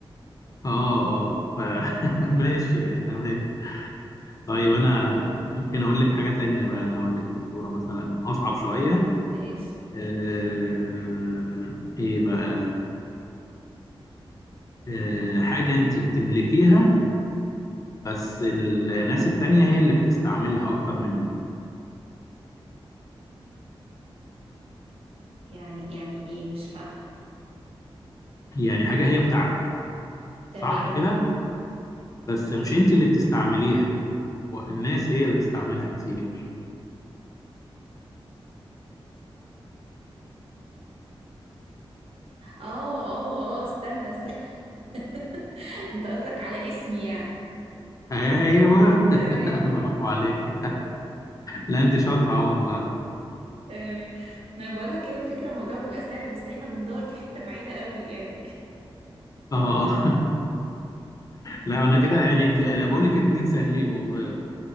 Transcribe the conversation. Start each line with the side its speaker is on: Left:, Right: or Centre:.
Left: <laughs> اه اه ف... <laughs> ماشي يعني تمام طيب انا ممكن اقول لك حاجه تانية بقى انا اقول لك فزوره مثلا اصعب شويه
Right: ماشي
Left: آه... ايه بقى آه... حاجه انت بتملكيها بس الناس التانية هي اللي بتستعملها اكتر منك
Right: يعني يعني ايه مش فاهمة
Left: يعني حاجه هي بتاعتك
Right: تمام
Left: صح كده بس مش
Right: ماشي
Left: انت اللي بتستعمليها والناس هي اللي بتستعملها كتير
Right: اه اه اه استنى استنى <laughs> انت قصدك على اسمي يعني
Left: ايوه
Right: تمام
Left: <laughs> برافو عليك لا انت شاطره أهو والله
Right: تمام انا بقول لك هي الفكرة الموضوع بيبقى سهل بس احنا بندور في حتة بعيدة قوي يعني <laughs>
Left: اه <laughs> لا انا كده يعني انا بقول لك اتنين سهلين والله يا.